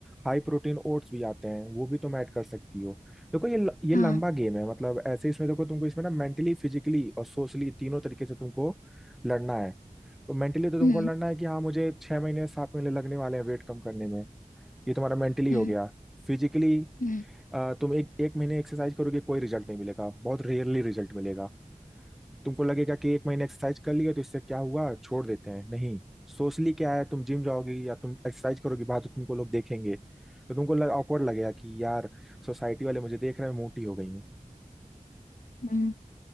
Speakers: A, in the centre; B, on the left (about 75°).
A: हाई प्रोटीन ओट्स भी आते हैं वो भी तुम ऐड कर सकती हो देखो ये ल- ये
B: हाँ
A: लंबा गेम है मतलब ऐसे इसमें देखो तुमको इसमें ना मेंटली फिजिकली और सोशली तीनों तरीके से तुमको लड़ना है तो मेंटली तो तुमको
B: हम्म
A: लड़ना है कि हाँ मुझे छह महीने सात महीने लगने वाले हैं वेट कम करने में ये तुम्हारा मेंटली
B: हम्म
A: हो गया फिजिकली
B: हम्म
A: तुम एक एक महीने एक्सरसाइज करोगे कोई रिजल्ट नहीं मिलेगा बहुत रेयरली रिजल्ट मिलेगा तुमको लगेगा कि एक महीने एक्सरसाइज कर लिए तो इससे क्या हुआ छोड़ देते हैं नहीं सोशली क्या है तुम जिम जाओगी या तुम एक्सरसाइज करोगी बाहर तो तुमको लोग देखेंगे तो तुमको लग awkward लगेगा कि यार सोसाइटी वाले मुझे देख रहे हैं मोटी हो गई हूँ
B: हम्म